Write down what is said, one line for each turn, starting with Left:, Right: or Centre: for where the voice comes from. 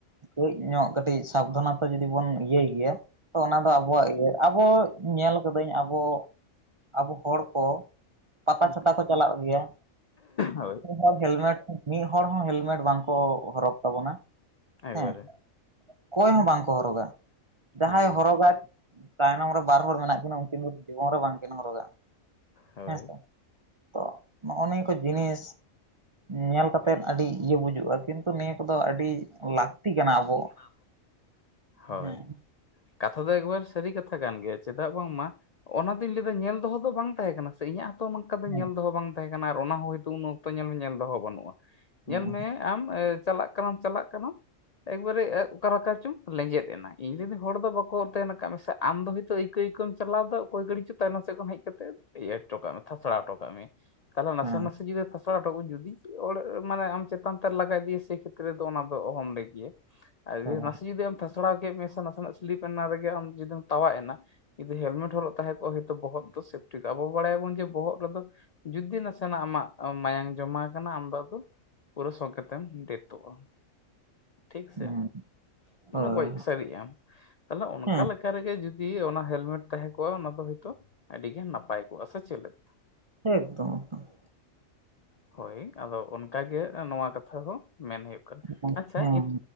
Right: ᱠᱟᱹᱡ ᱧᱚᱜ ᱠᱟᱹᱴᱤᱡ ᱥᱟᱵᱫᱷᱟᱱᱚᱛᱚ ᱡᱩᱫᱤ ᱵᱚᱱ ᱤᱭᱟᱹᱭ ᱜᱮᱭᱟ, ᱛᱚ ᱚᱱᱟ ᱫᱚ ᱟᱵᱚᱣᱟᱜ ᱤᱭᱟᱹ ᱟᱵᱚ ᱧᱮᱞ ᱠᱟᱹᱫᱟᱹᱧ ᱟᱵᱚ, ᱟᱵᱚ ᱦᱚᱲ ᱠᱚ ᱯᱟᱛᱟ
Left: ᱦᱮᱸ
Right: ᱪᱷᱟᱛᱟ ᱠᱚ ᱪᱟᱞᱟᱜ ᱜᱮᱭᱟ᱾
Left: ᱦᱳᱭ
Right: ᱩᱱᱠᱩ ᱦᱚᱲ ᱦᱮᱞᱢᱮᱴ ᱢᱤᱫ ᱦᱚᱲ ᱦᱚᱸ ᱦᱮᱞᱢᱮᱴ ᱵᱟᱝᱠᱚ ᱦᱚᱨᱚᱜ ᱛᱟᱵᱚᱱᱟ
Left: ᱮᱠᱵᱟᱨᱮ
Right: ᱦᱮᱸ᱾ ᱚᱠᱚᱭ ᱦᱚᱸ ᱵᱟᱝᱠᱚ ᱦᱚᱨᱚᱜᱼᱟ᱾ ᱡᱟᱦᱟᱸᱭ
Left: ᱦᱩᱸ
Right: ᱦᱚᱨᱚᱜᱼᱟ ᱛᱟᱭᱱᱚᱢ ᱨᱮ ᱵᱟᱨ ᱦᱚᱲ ᱢᱮᱱᱟᱜ ᱠᱤᱱᱟ, ᱩᱱᱠᱤᱱ ᱫᱚ ᱡᱤᱵᱚᱱ ᱨᱮ ᱵᱟᱝᱠᱤᱱ ᱦᱚᱨᱚᱜᱼᱟ
Left: ᱦᱳᱭ
Right: ᱦᱮᱸᱥᱮ᱾ ᱛᱚ ᱱᱚᱭ ᱱᱤᱭᱟᱹ ᱠᱚ ᱡᱤᱱᱤᱥ ᱧᱮᱞ ᱠᱟᱛᱮᱫ ᱟᱹᱰᱤ ᱤᱭᱟᱹ ᱵᱩᱡᱩᱜᱼᱟ᱾ ᱠᱤᱱᱛᱩ ᱱᱤᱭᱟᱹ ᱠᱚᱫᱚ ᱟᱹᱰᱤ ᱞᱟᱹᱠᱛᱤ ᱠᱟᱱᱟ ᱟᱵᱚ
Left: ᱞᱟᱹᱠᱛᱤ ᱠᱟᱱᱟ ᱦᱳᱭ᱾
Right: ᱦᱮᱸ
Left: ᱠᱟᱛᱷᱟ ᱫᱚ ᱮᱠᱵᱟᱨ ᱥᱟᱹᱨᱤ ᱠᱟᱛᱷᱟ ᱠᱟᱱ ᱜᱮᱭᱟ, ᱪᱮᱫᱟᱜ ᱵᱟᱝᱢᱟ ᱚᱱᱟ ᱫᱚᱧ ᱞᱟᱹᱭᱟ ᱧᱮᱞ ᱫᱚᱦᱚ ᱫᱚ ᱵᱟᱝ ᱛᱟᱦᱮᱸ᱾ ᱠᱟᱱᱟ ᱥᱮ ᱤᱧᱟᱹᱜ ᱦᱚᱸᱛᱚ ᱚᱱᱠᱟ ᱫᱚ
Right: ᱦᱮᱸ
Left: ᱧᱮᱞ ᱫᱚᱦᱚ ᱵᱟᱝ ᱛᱟᱦᱮᱸ ᱠᱟᱱᱟ, ᱟᱨ ᱚᱱᱟ ᱦᱚᱸᱭᱛᱳ ᱩᱱ ᱚᱠᱛᱚ ᱧᱮᱞ ᱫᱚᱦᱚ ᱵᱟᱹᱱᱩᱜᱼᱟ᱾
Right: ᱦᱮᱸ
Left: ᱧᱮᱞ ᱢᱮ ᱟᱢ, ᱪᱟᱞᱟᱜ ᱠᱟᱱᱟᱢ ᱪᱟᱞᱟᱜ ᱠᱟᱱᱟᱢ ᱮᱠᱵᱟᱨᱮ ᱮᱸ ᱚᱠᱟᱞᱮᱠᱟ ᱪᱚᱝ ᱞᱮᱸᱡᱮᱫ ᱮᱱᱟ, ᱤᱧ ᱡᱩᱫᱤ ᱦᱚᱲ ᱫᱚ ᱵᱟᱠᱚ ᱛᱮᱱ ᱟᱠᱟᱫ ᱢᱮᱥᱮ ᱟᱢ ᱫᱚ ᱦᱳᱭᱛᱳ ᱟᱹᱭᱠᱟᱹ ᱟᱹᱭᱠᱟᱹ <unintelligible> ᱪᱟᱞᱟᱣ ᱮᱫᱟ ᱚᱠᱚᱭ ᱜᱟᱰᱤ ᱪᱚ ᱛᱟᱭᱱᱚᱢ ᱥᱮᱫ ᱠᱷᱚᱱ ᱦᱮᱡ ᱠᱟᱛᱮ ᱤᱭᱟᱹ ᱦᱚᱴᱚ ᱠᱟᱜ ᱢᱮ, ᱛᱷᱟᱥᱲᱟ ᱦᱚᱴᱚ ᱠᱟᱜ ᱢᱮ᱾ ᱛᱟᱦᱞᱮ ᱱᱟᱥᱮ
Right: ᱦᱮᱸ
Left: ᱱᱟᱥᱮ ᱡᱩᱫᱤ ᱯᱷ ᱛᱷᱟᱴᱚ <unintelligible> ᱡᱩᱫᱤ ᱚᱲᱜ ᱢᱟᱱᱮ ᱟᱢ ᱪᱮᱛᱟᱱ ᱛᱮ ᱞᱟᱜᱟ ᱤᱫᱮᱭᱟ ᱥᱮ ᱠᱷᱮᱛᱨᱮ ᱫᱚ ᱚᱱᱟ ᱫᱚ ᱚᱦᱚᱢ ᱞᱟᱭ ᱠᱮᱭᱟ᱾ ᱟᱨ
Right: ᱦᱮᱸ
Left: ᱱᱟᱥᱮ ᱡᱩᱫᱤ ᱟᱢ ᱛᱷᱟᱥᱲᱟᱣ ᱠᱮᱫ ᱢᱮᱭᱟ, ᱥᱮ ᱱᱟᱥᱮᱱᱟᱜ ᱥᱞᱤᱯ ᱮᱱᱟ ᱨᱮᱜᱮ ᱟᱢ ᱡᱩᱫᱤᱢ ᱛᱟᱣᱟᱜ ᱮᱱᱟ ᱡᱩᱫᱤ ᱦᱮᱞᱢᱮᱴ ᱦᱚᱨᱚᱜ ᱛᱟᱦᱮᱸ ᱠᱚᱜ ᱦᱚᱭᱛᱚ ᱵᱚᱦᱚᱜ ᱫᱚ ᱥᱮᱯᱴᱤ ᱠᱚ-ᱟ᱾ ᱟᱵᱚ ᱵᱟᱲᱟᱭᱟ ᱵᱚᱱ ᱡᱮ ᱵᱚᱦᱚᱜ ᱨᱮᱫᱚ ᱡᱩᱫᱤ ᱱᱟᱥᱮᱱᱟᱜ ᱟᱢᱟᱜ ᱢᱟᱭᱟᱝ ᱡᱚᱢᱟ ᱟᱠᱟᱱᱟ, ᱟᱢ ᱫᱚ ᱟᱫᱚ ᱯᱩᱨᱟᱹ ᱥᱚᱜᱮ ᱛᱮᱢ ᱰᱮᱛᱚᱜᱼᱟ᱾ ᱴᱷᱤᱠ ᱥᱮ,
Right: ᱦᱮᱸ
Left: ᱢᱟᱱᱮ
Right: ᱦᱳᱭ
Left: ᱜᱚᱡᱽ ᱥᱟᱹᱨᱤᱜ ᱟᱢ᱾ ᱛᱟᱦᱚᱞᱮ ᱚᱱᱠᱟ
Right: ᱦᱮᱸ
Left: ᱞᱮᱠᱟ ᱪᱮᱠᱟ ᱨᱮᱜᱮ ᱡᱩᱫᱤ ᱚᱱᱟ ᱦᱮᱞᱢᱮᱴ ᱛᱟᱦᱮᱸ ᱠᱚᱜᱼᱟ, ᱚᱱᱟ ᱫᱚ ᱦᱳᱭᱛᱚ ᱟᱹᱰᱤ ᱜᱮ ᱱᱟᱯᱟᱭ ᱠᱚᱜᱼᱟ ᱥᱮ ᱪᱮᱫ ᱞᱮᱠᱟ?
Right: ᱮᱠᱫᱚᱢ ᱮᱠᱫᱚᱢ ᱾
Left: ᱦᱳᱭ ᱟᱫᱚ ᱚᱱᱠᱟᱜᱮ, ᱱᱚᱣᱟ ᱠᱟᱛᱷᱟ ᱫᱚ ᱢᱮᱱ ᱦᱩᱭᱩᱜ ᱠᱟᱱᱟ᱾
Right: ᱮᱠᱫᱚᱢ
Left: ᱟᱪᱪᱷᱟ
Right: ᱦᱮᱸ